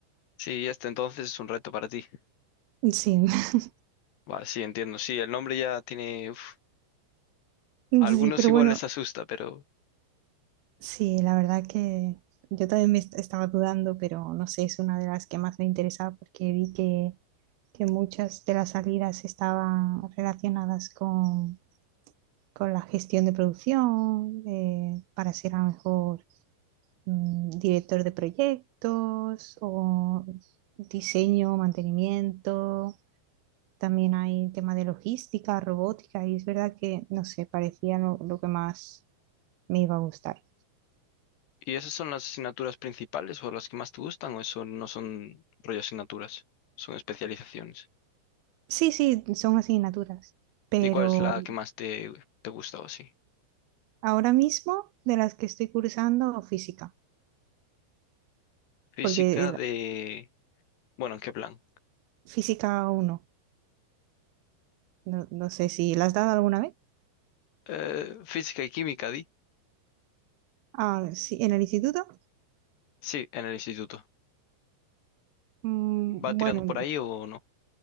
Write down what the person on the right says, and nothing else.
Sí, <laughs>
sí,
pero
bueno,
sí, la verdad que yo también me est- estaba dudando, pero no sé, es una de las que más me interesaba porque vi que, que muchas de las salidas estaban relacionadas con con la gestión de producción, eh, para ser a lo mejor mm, director de proyectos o diseño, mantenimiento. También hay tema de logística, robótica, y es verdad que, no sé, parecía lo, lo que más me iba a gustar.
Sí, sí, son asignaturas, pero
ahora mismo de las que estoy cursando, física,
porque eh,
física uno no, no sé si la has dado alguna vez.
Ah, sí, en el instituto.
Mm,
Bueno,